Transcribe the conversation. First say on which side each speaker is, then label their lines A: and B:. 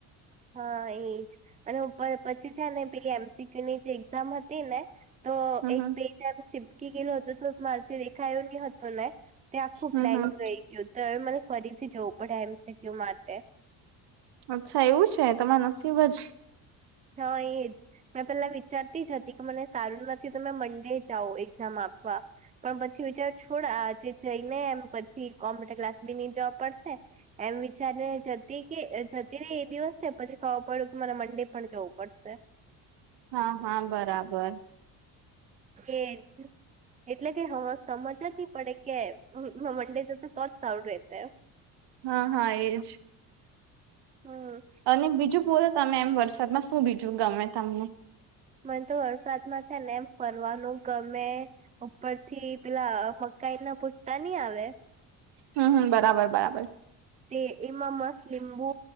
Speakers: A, on the right (about 15°); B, on the right (about 60°).
A: હા એ જ અને ઉપર પછી છે ને પેલી એમસીક્યુ ની જે એક્ઝામ હતી ને તો
B: હમ્મ
A: એક
B: હમ્મ
A: પેજ ચીપકી ગયેલુ હતુ તો મારેથી દેખાયો નહી હતો ને ત્યાં આખું
B: હમ્મ
A: બ્લેન્ક
B: હમ્મ
A: રહી ગયું તો હવે મને ફરીથી જવું પડે એમ સીકયુ માટે.
B: અચ્છા એવું છે તમાર નસીબ જ.
A: હા એ જ. મેં પેલા વિચારતી જ હતી કે મને સારું નથી તમે મંડે જાઉ એક્ઝામ આપવા પણ પછી વિચારો છોડ તે જઈને એમ પછી કોમ્પ્યુટર ક્લાસ બી ની જોવા પડશે એમ વિચારને જતી કે જતી ને એ દિવસ છે પછી ખબર પડ્યું કે મારે મંડે પણ જવું પડશે.
B: હા હા બરાબર.
A: એજ. એટલે કે હ સમજ જ નહી પડે કે મંડે જતો તો જ સારું રતે.
B: હા હા એજ.
A: હા.
B: અને બીજું બોલો તમે એમ વરસાદમાં શું બીજું ગમે તમને.
A: મને તો વરસાદમાં છે ને એમ ફરવાનું ગમે. ઉપરથી પેલા મકાઈ ના પૂટતા નઈ આવે.
B: હમ હમ બરાબર બરાબર.
A: તે એમાં મસ્ત લીંબુ.